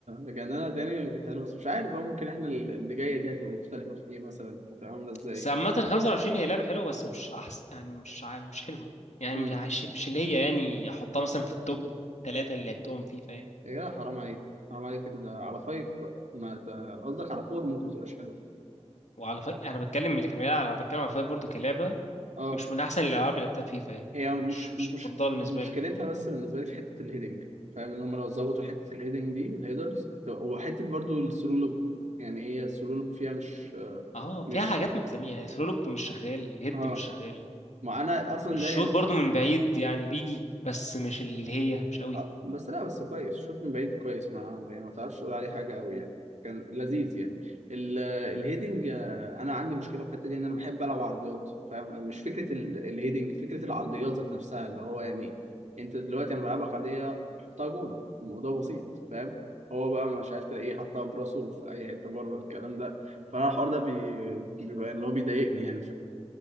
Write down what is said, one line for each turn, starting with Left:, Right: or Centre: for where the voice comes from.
Right: رجعنا لها تاني كانت حلوه بس مش عارف بقى ممكن احنا اللي جايه دي هتبقى مختلفه في ايه مثلا هتبقى عامله ازاي
Left: بس عامة ال 25 هي لعبة حلوة بس مش أحسن يعني مش ع- مش حلوة يعني
Right: امم
Left: مش عايش مش اللي هي يعني أحطها مثلا في التوب ثلاثة اللي لعبتهم فيفا يعني
Right: يا جدع حرام عليك حرام عليك إن- على فايف بقى ما ت- قصدك على فور ممكن ما تبقاش حلوه
Left: وعلى ف... أنا بتكلم اللي كان بيلعب أنا بتكلم على فيفا برضه كلعبة
Right: اه
Left: مش من أحسن الألعاب اللي لعبتها فيفا يعني
Right: هي
Left: مش
Right: مش
Left: مش
Right: مش
Left: مفضلة بالنسبة
Right: مشكلتها
Left: لي
Right: بس بالنسبه لي في حته الهيدنج فاهم ان هم لو ظبطوا حته الهيدنج دي الهيدرز وحته برضو الثرو لوب يعني هي الثرو لوب فيها مش
Left: اه فيها
Right: مش
Left: حاجات ما بتعملها يعني ثرولوب مش شغال الهيد
Right: اه
Left: مش شغال
Right: ما انا اصلا
Left: الشوط
Right: ده
Left: برضو من بعيد يعني بيجي بس مش اللي هي مش قوي
Right: اه بس لا بس كويس الشوط من بعيد كويس ما يعني ما تعرفش تقول عليه حاجه قوي يعني كان لذيذ يعني ال- الهيدنج آه، انا عندي مشكله في الحته دي ان انا بحب العب عرضيات فاهم مش فكره ال- الهيدنج فكره العرضيات ذات نفسها اللي هو يعني انت دلوقتي انا بلعبك عرضيه بحطها جول الموضوع بسيط فاهم هو بقى مش عارف تلاقيه حطها براسه في اي حته بره الكلام ده فانا الحوار ده بي... بيبقى اللي هو بيضايقني يعني